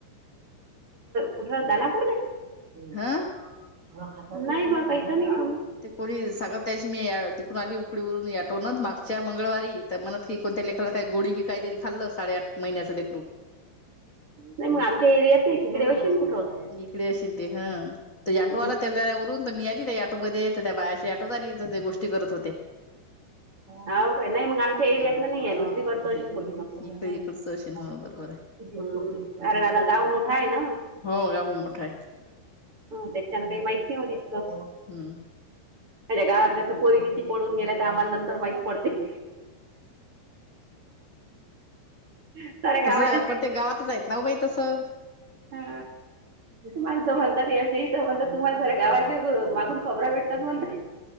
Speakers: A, on the right; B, on the left.
A: कुठ दानापूर ले. <unintelligible>
B: हा
A: ड खात नाही बा काहीत <unintelligible>
B: ते कोणी सांगत त्याची मी तिकडून आली उकडीवरून ऑटो न मागच्या मंगळवारी. तर म्हणत की कोणत्या लेकरना काही गोडि की काहीतरी खाल्लं साडे आठ महिन्याचं लेकरू.
A: नाही मग आमच्या एरियात नाही तिकडे अशीन कुठं <unintelligible>
B: तिकडे अशीन ते हा. <unintelligible> त्या ऑटो
A: हम्म.
B: आला त्यालवरून तर मी आली त्या ऑटोमध्ये तर त्या बायाशी आटो झाली तर ते गोष्टी करत होते. <unintelligible>
A: हाव काय नाही मग आमच्या
B: हम्म
A: एरिया <unintelligible>
B: इकड इकडचं असेन हो बरोबर
A: <unintelligible> हमकारण आता गाव मोठा आहे ना.
B: हो गाव मोठाय <unintelligible>
A: त्याच्यानं काही माहीत नाही ओ तितकं.
B: हम्म
A: माझ्या गावातल्या असं पोरी किती पळनू गेल्यात आम्हालानंतर माहीत पडतंय. साऱ्या
B: तसंही
A: गावाच्या
B: पण ते गावातच आहेत ना बाई तसं
A: हा माणसं म्हणतात एमच्या ह म्हणतात तुम्हाला जर गावाचे मागून खबर भेटतात म्हणत <unintelligible>